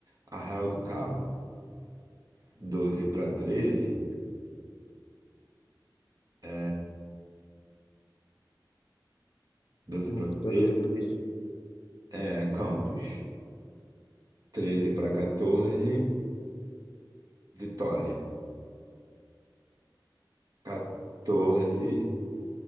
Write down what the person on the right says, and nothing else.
Arraial do Cabo. doze para 13, é 12
para
treze
é Campos. treze para 14 Vitória. 14